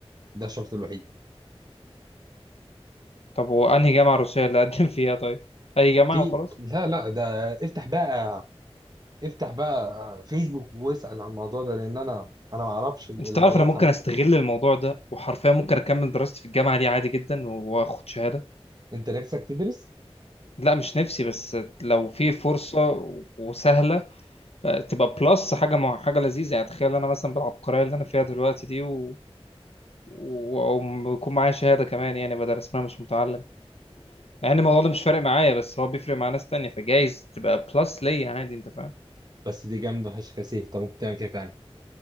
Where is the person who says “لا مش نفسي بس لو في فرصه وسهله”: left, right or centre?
Left